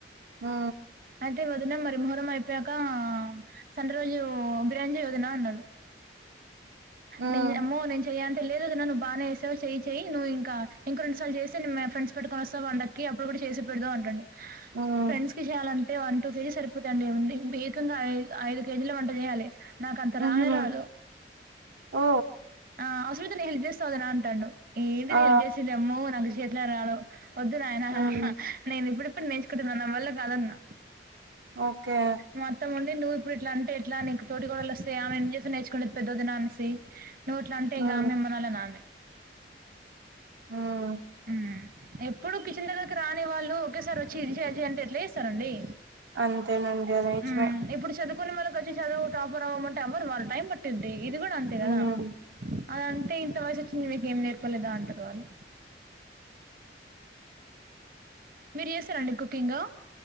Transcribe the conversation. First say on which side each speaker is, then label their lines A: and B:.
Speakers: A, on the right; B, on the right.
A: హ
B: అయితే వదిన మరి ముహరం అయిపోక సండే రోజు బిర్యానీ చేయ్ వదిన అన్నాడు
A: ఉమ్
B: నేను చే అమ్మో నేను చెయ్య అంటే లేదు నన్న ను్వు బాగానే వస్తావు చెయ చెయి నువ్వు ఇంకా ఇంకో రేండుసార్లు చేస్తేయ్ మా ఫ్రండ్స్ పెటుకొ వాస్త పండక్కి అప్పుడు కూడా చేసి పెడుదు అంటాడు
A: ఉమ్
B: ఫ్రెండ్స్ కి చేయాలం అంటే వన్ టూ కేజీ సరిపోతండి ఏకంగా ఐ ఐదు కేజీల వంట చేయాలి నాకంత
A: ఉహూ
B: రానే రాదు
A: ఓ
B: ఆ అవసరం అయితే నేను హెల్ప్ చేస్తా వదిన అంటాడు ఏంది
A: ఆ
B: హెల్ప్ చేసేదేమో నాకు చేతిలో రాదు వద్దు నాయనా
A: ఉమ్
B: నేను ఇప్పుడిప్పుడు నేర్చుకుంటున్నా నా వల్ల కాదన్నా
A: ఓకే
B: మా అత్తమ్మ ఉండి నువ్వు ఇప్పుడు ఇట్లా అంటే ఎట్లా నీకు తోటి గడలు వస్తే ఆమె ఎం చూసి నేర్చుకుంటాది పెద్ద వదిన అనేసి నువ్వు అట్ల అంటే ఇక
A: ఉమ్
B: ఆమె ఏమనాలి అనే ఆమె
A: ఉమ్
B: ఉ ఎప్పుడు కిచన్ దగ్గరకి రాని వాళ్ళు ఒకేసారి వచ్చి ఇది చెయ్యి అది చెయ్యి అంటే ఎట్ల చేస్తారండి
A: అంతే నండి అది నిజమే
B: హ్మ్. ఇప్పుడు చదువుకోని వాళ్ళకి వచ్చి చదువు టాపర్ అవ్వమంటే అవ్వరు వాళ్ళు టైం పట్ద్ది ఇది కూడా అంతే కదా
A: ఉమ్
B: అదంటే ఇంత వయసు వచ్చింది మీకేం నేర్పాలేదా అంటారు వాళ్ళు మీరు చేసారండి కుకింగ్